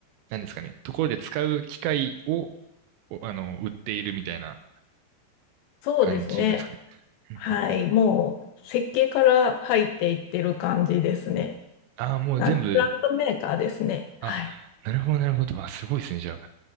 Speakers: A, on the right; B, on the left.
A: なんですかね、ところで使う機械を、おあの、売っているみたいな
B: そうですね。
A: 感じなんですかね。うんうんうん
B: はい。もう、設計から入っていってる感じですね。
A: ああ、もう全部、
B: なん、プラントメーカーですね。はい。
A: あ、なるほど、なるほど。あ、すごいですね、じゃあ。